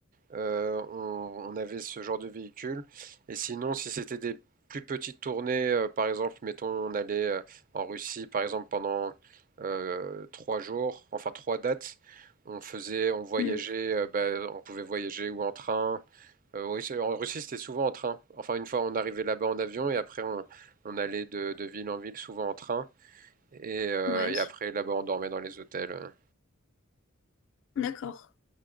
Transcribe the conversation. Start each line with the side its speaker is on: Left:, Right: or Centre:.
Right: euh, on, on avait ce genre de véhicule. Et sinon, si c'était des plus petites tournées, euh, par exemple, mettons, on allait euh, en Russie, par exemple, pendant euh, trois jours, enfin trois dates, on faisait, on voyageait,
Left: Hmm,
Right: euh, bah, on pouvait voyager ou en train. Euh, oui, c'est- en Russie, c'était souvent en train. Enfin, une fois, on arrivait là-bas en avion et après, on, on allait de, de ville en ville, souvent en train. Et, euh,
Left: ouais.
Right: et après, là-bas, on dormait dans les hôtels.
Left: D'accord.